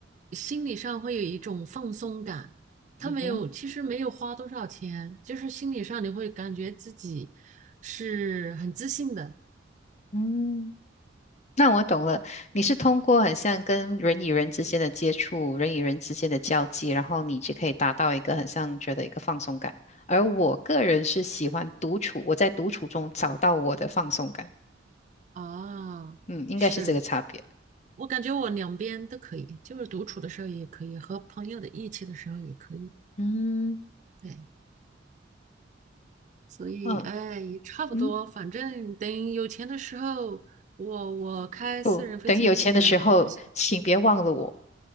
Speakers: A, on the right; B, on the left.
A: 心理上会有一种放松感。他没有，
B: 嗯哼，
A: 其实没有花多少钱，就是心理上你会感觉自己是很自信的
B: 嗯。那我懂了，你是通过很像跟人与人之间的接触，人与人之间的交际，然后你就可以达到一个很像觉得一个放松感。而我个人是喜欢独处，我在独处中找到我的放松感。
A: 啊。
B: 嗯，应该是这个差别。
A: 是我感觉我两边都可以，就是独处的时候也可以，和朋友的一起的时候也可以。
B: 嗯
A: 对。所以哎，
B: 嗯
A: 也差不多，
B: 嗯，
A: 反正等有钱的时候，我我开私人飞机来马来西亚。
B: 不，等有钱的时候，请别忘了我，